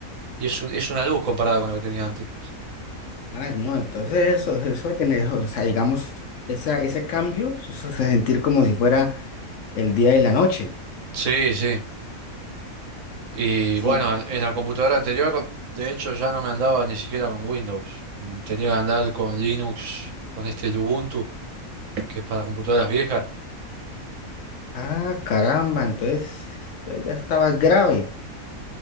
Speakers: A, on the right; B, on the left.
A: y es un- es una luz comparada con lo que tenía antes.
B: Ah, no, entonces eso, eso de tener, o sea, digamos, esa, ese cambio, eso se sentir como si fuera el día y la noche.
A: Sí, sí. Y bueno,
B: Sí,
A: en la computadora anterior, de hecho, ya no me andaba ni siquiera con Windows. Tenía que andar con Linux, con este Ubuntu, que es para computadoras viejas.
B: ah, caramba, entonces, entonces ya estabas grave.